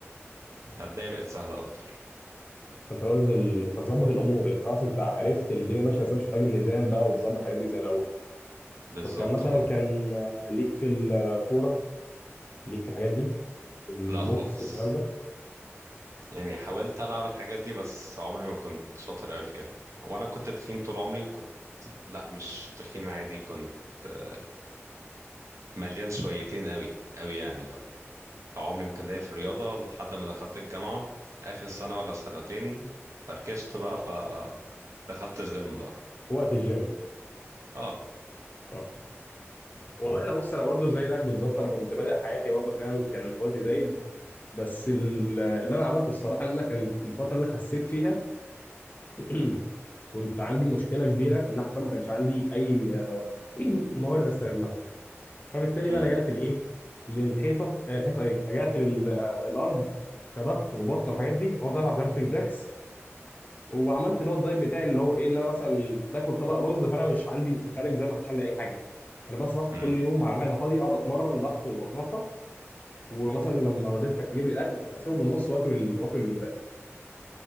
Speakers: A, on the right; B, on the left.
A: فالدنيا بقت سهلة اكتر
B: انت وزن ال... طب ظبط الامور انت خلاص انت عرفت الدنيا ماشيه ازاي مش محتاج الميزان بقى وتظبط الحاجات دي زي الاول
A: بالظبط
B: طب كان مثلا
A: اه
B: كان آه، ليك في الكوره ليك في الحاجات دي والبوكس
A: لا خالص
B: والكلام ده
A: يعني حاولت ألعب الحاجات دي بس عمري ما كنت شاطر أوي فيها وأنا كنت تخين طول عمري وكنت لأ مش تخين عادي كنت آه، مليان شويتين أوي أوي يعني بقى فعمري ما كان ليا في الرياضة لحد ما دخلت الجامعة في آخر سنة ولا سنتين فركشت بقى فدخلت الجيم بقى
B: وقت الجيم
A: اه
B: آه. والله انا بص انا برضو زي زيك بالظبط انا كنت بادئ حياتي برضه فاهم كان وزني زايد بس ال- اللي انا عملته الصراحه ان انا كانت الفتره اللي أنا خسيت فيها <clears throat> كنت عندي مشكله كبيره ان انا حرفيا ما كانش عندي اي آه، <clears throat> موارد استغلها فبالتالي
A: مم.
B: بقى لجأت لايه للحيطه آه، الحيطه ايه لجأت للارض كضغط وبطن والحاجات دي وافضل العب جامبنج جاكس وعملت اللي هو الدايت بتاعي اللي هو ايه ان انا مثلا باكل طبق رز فانا مش عندي ما كانش عندي ميزان ما كانش عندي اي حاجه انا بس بصحى
A: مم.
B: كل يوم مع معده فاضيه اقعد اتمرن ضغط واتنطط ومثلا لما والدتي كانت تجيب لي الاكل كنت اسيبه بالنص واكل ال- واكل الباقي